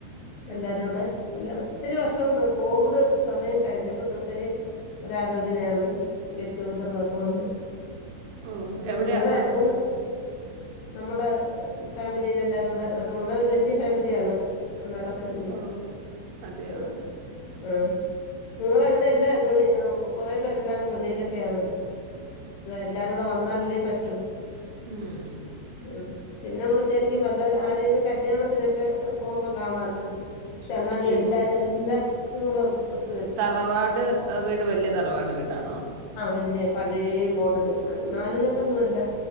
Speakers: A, on the left (about 75°); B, on the right (about 80°).
A: എല്ലാരൂടെ
B: ഉം,
A: എല്ലാ ഒത്തിരി വർഷൊണ്ട് കോവിഡ് സമയം കഴിഞ്ഞപ്പതൊട്ടേ ഒരാലോചനയാണ് ഗെറ്റുഗതറ് വക്കണോന്ന്
B: ഓ
A: ഉം
B: എവിടെയാ
A: നിങ്ങടെ
B: ആ
A: എങ്ങനെ
B: ആ,
A: നമ്മടെ ഫാമിലിലെല്ലാരൂടെ വെക്കാവേണ്ടി ഒരു വല്യ ഫാമിലിയാണ് അമ്മേടെ ഫാമിലി
B: ഓ അതെയോ
A: ആ ആ നിങ്ങളങ്ങനെ എല്ലാ വിളി അ കൊറെ പേരെല്ലാം എടു വെളിയിലൊക്കെയാണ് എല്ലാരൂടെ വന്നാലല്ലേ പറ്റൂ
B: ഉം.
A: ഉം പിന്നെ മ്മൾ വിചാരിക്കും വല്ല ആരേലും കല്യാണത്തിനൊക്കെ പോവുമ്പൊ കാണല്ലോന്ന് ക്ഷ അന്നാലുഎല്ലാരും
B: ഈ
A: എല്ലാ ചൂടൊത്ത്-
B: തറവാട് വീട് വല്യതറവാട് വീടാണോ
A: ആഹ് വല്യ പഴേ മോഡല് നാല്കെട്ടൊന്നുവല്ല